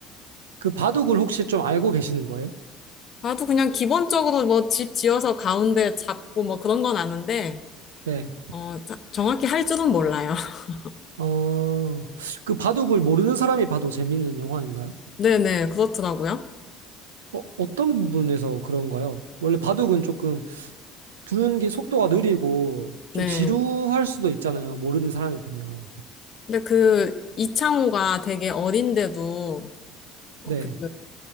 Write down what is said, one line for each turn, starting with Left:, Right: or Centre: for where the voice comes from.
Right: 그 바둑을 혹시 좀 알고 계시는 거예요?
Left: 나도 그냥 기본적으로 뭐 집 지어서 가운데 잡고 뭐 그런 건 아는데,
Right: 네.
Left: 어, 자- 정확히 할 줄은 몰라요. <laughs>
Right: 어, 그 바둑을 모르는 사람이 봐도 재밌는 영화인가요?
Left: 네네, 그렇더라고요.
Right: 어, 어떤 부분에서 그런가요? 원래 바둑은 조금 두는 게 속도가 느리고
Left: 네.
Right: 좀 지루할 수도 있잖아요. 모르는 사람이 보면.
Left: 근데 그 이창호가 되게 어린데도, 어,
Right: 네,
Left: 그,